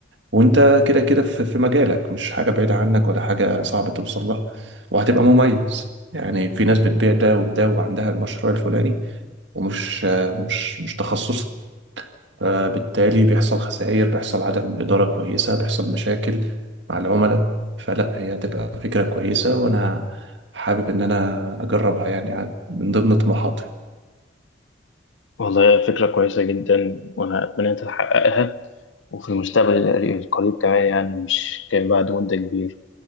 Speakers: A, on the right (about 65°); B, on the left (about 75°).
A: وأنت كده كده في في مجالك مش حاجة بعيدة عنك ولا حاجة صعب توصل لها وهتبقى مميز يعني في ناس بتبيع ده وده وعندها المشروع الفلاني ومش مش مش تخصصك فبالتالي بيحصل خسائر بيحصل عدم إدارة كويسة بيحصل مشاكل مع العملاء فلا هي هتبقى فكرة كويسة وأنا حابب إن أنا أجربها يعني من ضمن طموحاتي
B: والله فكرة كويسة جدا وانا اتمنى انت تحققها وفي المستقبل القريب كمان يعني مش كان بعد مدة كبيرة